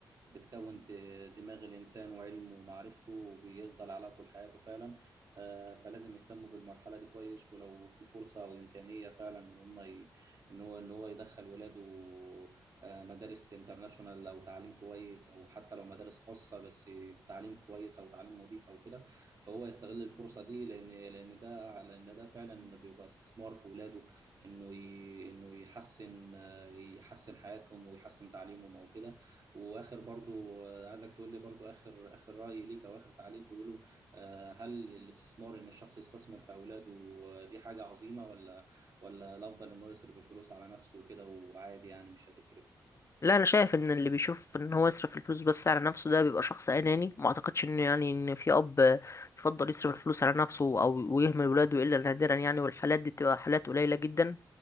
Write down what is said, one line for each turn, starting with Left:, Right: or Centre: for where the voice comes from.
Right: بتكون د- دماغ الانسان وعلمه ومعرفته بيفضل على طول حياته فعلا آه، فلازم يهتموا بالمرحله دي كويس ولو في فرصه او امكانيه فعلا ان هم ي... ان هو ان هو يدخل ولاده آه، مدارس انترناشونال او تعليم كويس او حتى لو مدارس خاصه بس تعليم كويس او تعليم نظيف او كده فهو يستغل الفرصه دي لان لان ده لان ده فعلا بيبقى استثمار في ولاده انه ي... انه يحسن يحسن حياتهم ويحسن تعليمهم او كده واخر برضو عايزك تقول لي برضو اخر اخر راي ليك او اخر تعليق تقوله آه، هل الاستثمار ان الشخص يستثمر في اولاده آه، دي حاجه عظيمه ولا ولا الافضل انه يصرف الفلوس على نفسه وكده وعادي يعني مش هتفرق
Left: لا انا شايف ان اللي بيشوف ان هو يصرف الفلوس بس على نفسه ده بيبقى شخص اناني ما اعتقدش ان يعني ان في اب يفضل يصرف الفلوس على نفسه او ويهمل ولاده الا نادرا يعني والحالات دي بتبقى حالات قليله جدا